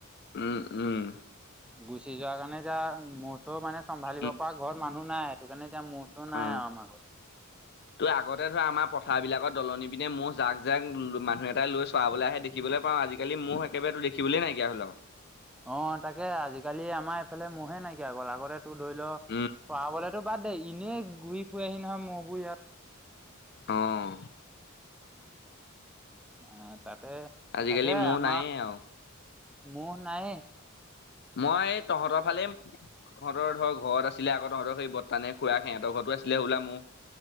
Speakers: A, on the left (about 50°); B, in the centre.
A: উম উম
B: গুচি যোৱা কাৰণে যে মহ চও মানে চম্ভালিব
A: উম
B: পৰা ঘৰত মানুহ নাই সেইটো কাৰণে এতিয়া মোৰ চোৰ নাই
A: অ
B: আৰু আমাৰ ঘৰত।
A: তই আগতে ধৰা আমাৰ পথাৰ বিলাকৰ দলনি পিনে মোৰ জাক জাক মানুহ এটাই লৈ চোৱাবলৈ আহে দেখিবলৈ পাওঁ আজিকালি মোৰ একেবাৰে দেখিবলৈ নাইকিয়া হ'ল আও
B: অ তাকে আজিকালি আমাৰ এইফালে মহে নাইকিয়া হৈ গল আগতে টো ধৰি লও
A: উম
B: চৰাবলেতো বাদ দেই এনেই ঘূৰি ফুৰি আহি নহয় মইবোৰ ইয়াত
A: অহ
B: আহ তাতে
A: আজিকালি
B: তাকে
A: মোৰ
B: আমাৰ
A: নাইয়ে আৰু,
B: মহ নায়ে
A: মই তহঁতৰ ফালে তহঁতৰ ধৰক ঘৰত আছিলে আকৌ তহতৰ সেই বৰ্তানে খুৱা সিহঁতৰ ঘৰতো আছিলে হোলা মোৰ